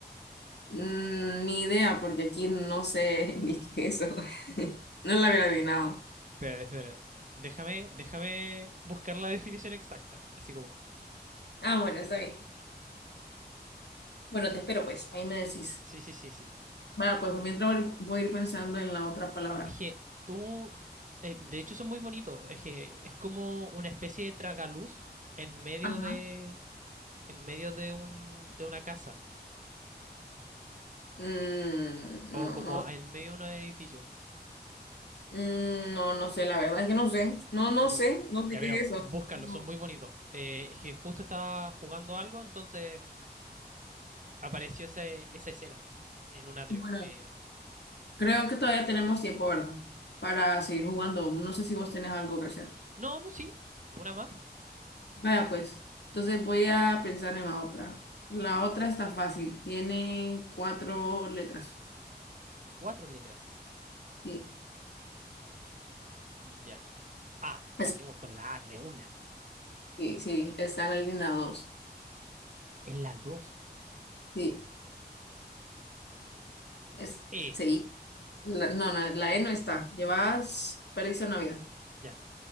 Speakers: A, on the left (about 80°); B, on the right (about 45°).
A: Mm, ni idea, porque aquí no sé <laughs> ni qué es eso. <laughs> No la había adivinado.
B: Espérate, espérate. Déjame, déjame buscar la definición exacta. Así como.
A: Ah, bueno, está bien. Bueno, te espero, pues, ahí me decís.
B: Sí, sí, sí, sí.
A: Va, pues mientras voy, voy a ir pensando en la otra palabra.
B: Es que tú. eh, de hecho, son muy bonitos. Es que es como una especie de tragaluz en medio
A: Ajá.
B: de. en medio de un. de una casa.
A: Mm, no,
B: O como
A: no
B: en medio de un edificio.
A: Mm, no, no sé, la verdad es que no sé. No, no
B: Bu-
A: sé, no sé
B: Ya, pero
A: qué es eso.
B: búscalos,
A: No.
B: son muy bonitos. Eh, es que justo estaba jugando algo, entonces apareció ese- esa escena en un atrio.
A: Bueno,
B: Eh,
A: creo que todavía tenemos tiempo, ¿verdad? Para seguir jugando. No sé si vos tenés algo que hacer.
B: no, no, sí. Una más.
A: Vaya, pues, entonces voy a pensar en la otra. La otra está fácil, tiene cuatro letras.
B: Cuatro letras.
A: Sí,
B: Ya. A.
A: es-
B: Partimos con la A de una.
A: sí, sí, está la línea 2.
B: Es la dos.
A: Sí, es,
B: E.
A: sí. La- no, no, la E no está. Llevas, perdiste una vida.
B: Ya.